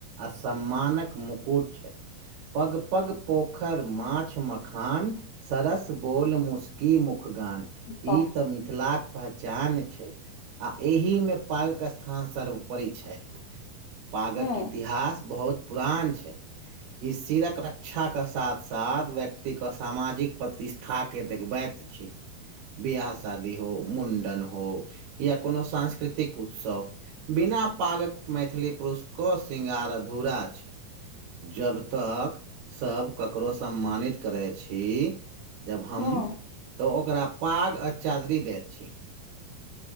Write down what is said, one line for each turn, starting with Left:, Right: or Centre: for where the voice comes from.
Right: आ सम्मानक मुकुट छैय पग - पग पोखर माछ माछ मखान सरस बोल मुस्की मुखगान
Left: वाह
Right: ई तऽ मिथिल मिथिलाक पहचान छैय आ एहि मे पागक स्थान सर्वोपरि छै। पागक
Left: हँ
Right: इतिहास बहुत पुरान छै ई सिरक रक्षा कऽ साथ साथ व्यक्तिके सामाजिक प्रतिष्ठाकेँ देखबैत अछि। बिआाह शादी हो मुण्डन हो या कोनो सांस्कृतिक उत्सव बिना पागक मैथिली पुरुष कऽ श्रृंगार अधूरा छै। जब तक सब ककरो सम्मानित करै छी जब हम
Left: हँ
Right: तऽ ओकरा पाग आ चादरी दैत छी।